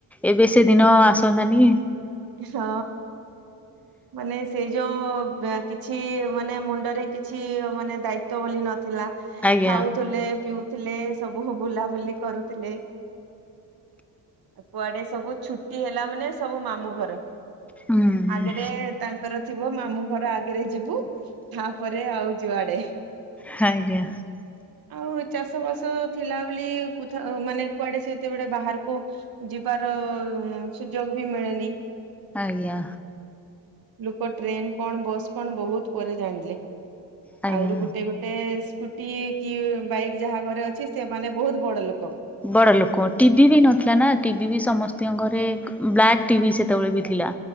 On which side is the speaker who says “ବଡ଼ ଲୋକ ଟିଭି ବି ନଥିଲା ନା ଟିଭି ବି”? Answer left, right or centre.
Centre